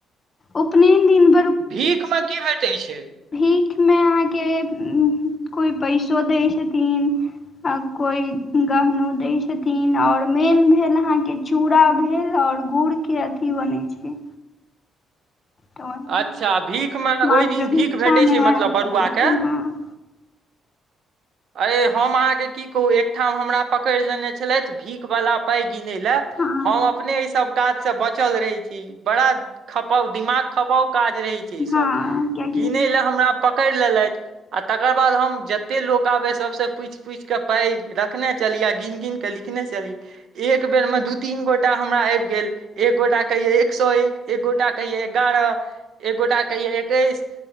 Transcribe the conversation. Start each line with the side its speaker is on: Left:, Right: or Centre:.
Left: उपनयन। दिन
Right: भीख में की भेटै छै।
Left: भीख में अहाँके, कोइ पैसो दै छथिन। कोई गहनों दैय छथिन, और मेन भेल अहाँके चूड़ा भेल और। आओर गुड़ के अथी बनै छै। तऽ ओहिमे
Right: अच्छा भीख में ओहि
Left: मात्र
Right: दिन
Left: भिक्षामे
Right: भीख भेटै छै,
Left: वैह
Right: मतलब बरुआके।
Left: पड़ै छै हँ
Right: अे हम अहाँकेँ की कहू एकठाम हमरा पकड़ि लेने छलथि, भीखवला पै। गिनै लए
Left: हँ
Right: हम अपने ई सब। काजसँ बचल रहै छी, बड़ा खपाउ दिमाग खपाऊ। काज रहै छै ई
Left: हँ
Right: सब,
Left: कियाकि
Right: गिनै ल हमरा। पकड़ लेलथि आ तकर बाद हम जत्ते लोक। आबै, सबसँ पूछि- पूछिके पाइ रखने चली, आ गिन- गिन के लिखने चली। एक बेर में। दू- तीन गोटा हमरा आबि गेल, एक गोटा कहियै एक सौ एक, एक गोटा कहियै एगारह। एक गोटा कहिये एकैस,